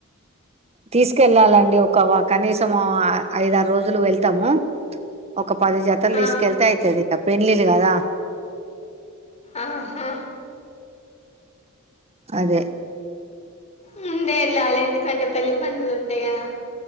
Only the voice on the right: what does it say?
తీసుకెళ్ళాలండి ఒక కనీసం ఐదారు రోజులు వెళ్తాము ఒక పది జతలు
తీసుకెళ్తే అయితది పెండ్లిలు కాదా
అదే